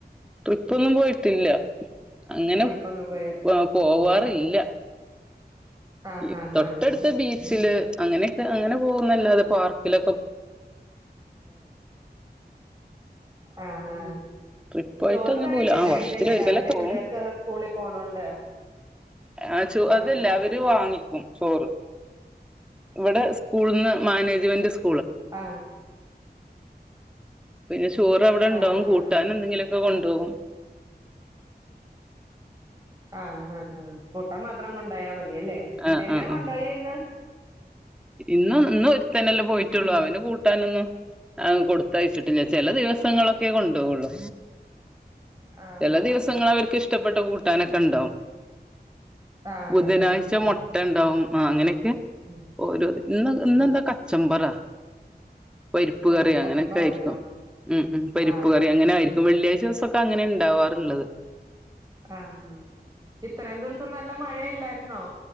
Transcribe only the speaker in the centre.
ട്രിപ്പൊന്നും പോയിട്ടില്ല അങ്ങനെ
ആ പോവാറില്ല
ഇ
തൊട്ടടുത്ത
ബീച്ചില് അങ്ങനെയൊക്കെ അങ്ങനെ പോകുംന്നല്ലാതെ പാർക്കിലൊക്ക
ട്രിപ്പായിട്ട്
അങ്ങനെ
പോവൂല ആ
വർഷത്തില് ഒരിക്കലൊക്കെ
പോവും
ആ ചോ അതല്ല
അവര് വാങ്ങിക്കും ചോറ് ഇവിടെ സ്കൂളിന്ന് മാനേജ്മെന്റ് സ്‌
പിന്നെ ചോറവിടെ ഇണ്ടാവും
കൂട്ടാൻ
എന്തെങ്കിലും ഇപ്പ കൊണ്ടോകും
ആഹ്
ആഹ്
ആഹ്
ഇന്ന് ഇന്ന് ഒരുത്തനല്ലേ പോയിട്ടുള്ളൂ
അവന് കൂട്ടാനൊന്നും ആ കൊടുത്തയച്ചിട്ടില്ല ചെല ദിവസങ്ങളൊക്കെ കൊണ്ടോവൊള്ളു
ചെല
ദിവസങ്ങൾ അവർക്ക് ഇഷ്ടപ്പെട്ട കൂട്ടാനൊക്കെ ഇണ്ടാവും
ബുധനാഴ്ച മൊട്ട ഇണ്ടാവും ആ അങ്ങനെ
ഓരോ ഇന്ന് ഇന്നെന്താ
കച്ചമ്പറാ പരിപ്പ്
കറി
അങ്ങനെയൊക്കെ ആയിരിക്കും ഉം ഉം പരിപ്പ്
കറി
അങ്ങനെ ആയിരിക്കും വെള്ളിയാഴ്ച ദിവസൊക്കെ അങ്ങനെ ഉണ്ടാവാറുള്ളത്